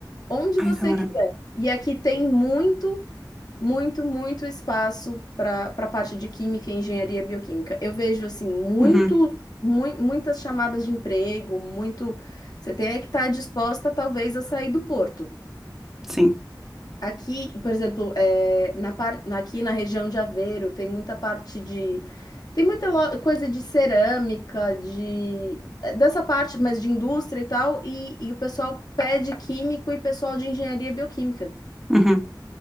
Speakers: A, on the left; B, in the centre.
A: onde
B: Ai,
A: você
B: Tamara.
A: quiser. E aqui tem muito, muito, muito espaço para para parte de química, engenharia bioquímica. Eu vejo, assim, muito,
B: Uhum.
A: mui- muitas chamadas de emprego, muito. Você tem é que estar disposta, talvez, a sair do porto.
B: Sim.
A: Aqui, por exemplo, é, na par... na- aqui na região de Aveiro tem muita parte de. Tem muita lo- coisa de cerâmica, de é, dessa parte, mas de indústria e tal, e, e o pessoal pede químico e pessoal de engenharia bioquímica,
B: Uhum.